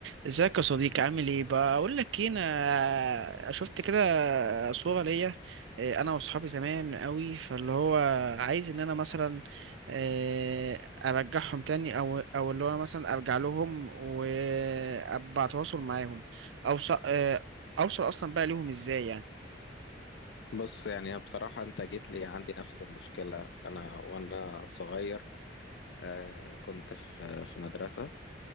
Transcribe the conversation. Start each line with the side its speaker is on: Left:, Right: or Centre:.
Right: ازيك يا صديقي عامل ايه بقول لك ايه انا شفت كده صورة ليا إيه، انا واصحابي زمان قوي فاللي هو عايز ان انا مثلا إيه، ارجعهم تاني او او اللي هو انا مثلا ارجع لهم وابقى اتواصل معاهم اوصل اوصل اصلا بقى ليهم ازاي يعني
Left: بص يعني بصراحة أنت جيت لي عندي نفس المشكلة أنا وأنا صغير آه، كنت في في مدرسة